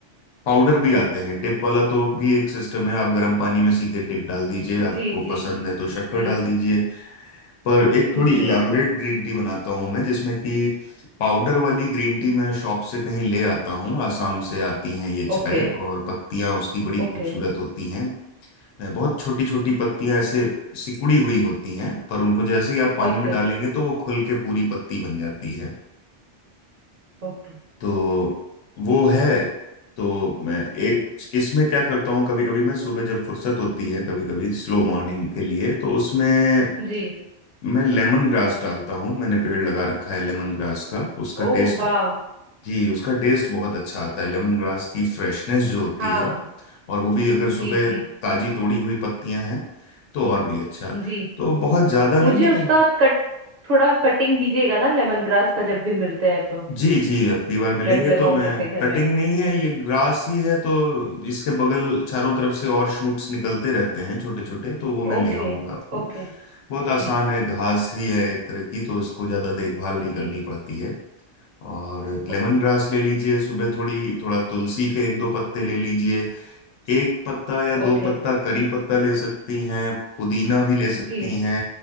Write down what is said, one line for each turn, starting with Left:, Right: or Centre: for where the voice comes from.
Left: पाउडर भी आते हैं डिप वाला तो भी एक सिस्टम है आप गर्म पानी में सीधे डिप डाल दीजिए आपको
Right: जी जी
Left: पसंद है तो शक्कर
Right: जी
Left: डाल दीजिए पर एक थोड़ी
Right: जी
Left: इलेबोरेट ग्रीन टी बनाता हूँ मैं जिसमें कि पाउडर वाली ग्रीन टी मैं शॉप से कहीं ले आता हूँ आसाम से आती हैं ये चाय
Right: ओके
Left: और पत्तियां उसकी बड़ी
Right: ओके
Left: खूबसूरत होती हैं है बहुत छोटी छोटी पत्तियां ऐसे सिकुड़ी हुई होती हैं पर उनको जैसे ही आप पानी
Right: ओके
Left: में डालेंगे तो वो खुल के पूरी पत्ती बन जाती है
Right: ओके
Left: तो वो है तो मैं एक इसमें क्या करता हूँ कभी कभी मैं सुबह जब फुर्सत होती है कभी कभी स्लो मॉर्निंग के लिए तो उसमें
Right: जी
Left: मैं लेमन ग्रास डालता हूँ मैंने पेड़ लगा रखा है लेमन ग्रास का उसका
Right: ओ
Left: टेस्ट
Right: वाह
Left: जी उसका टेस्ट बहुत अच्छा आता है लेमन ग्रास की फ्रेशनेस जो होती
Right: हाँ
Left: है और वो भी अगर सुबह
Right: जी जी
Left: ताजी तोड़ी हुई पत्तियां हैं तो और भी अच्छा
Right: जी
Left: तो बहुत ज्यादा नहीं
Right: मुझे
Left: लेकिन
Right: उसका कट थोड़ा कटिंग दीजिएगा ना लेमन ग्रास का जब भी मिलते हैं तो
Left: जी जी अगली बार मिलेंगे
Right: मैं भी लगाऊंगी
Left: तो मैं
Right: अपने घर
Left: कटिंग
Right: में
Left: नहीं
Right: जी
Left: है ये ग्रास ही है तो इसके बगल चारों तरफ से और शूट्स निकलते रहते हैं छोटे छोटे तो वो मैं ले
Right: ओके
Left: आऊंगा आपको
Right: ओके
Left: बहुत आसान
Right: जी
Left: है घास ही है एक तरह की तो इसको ज्यादा देखभाल
Right: जी
Left: नहीं करनी पड़ती है और लेमन
Right: ओके
Left: ग्रास ले लीजिए सुबह थोड़ी थोड़ा तुलसी के एक दो पत्ते ले लीजिए एक पत्ता या दो
Right: ओके
Left: पत्ता करी पत्ता ले सकती हैं पुदीना भी ले सकती
Right: जी
Left: हैं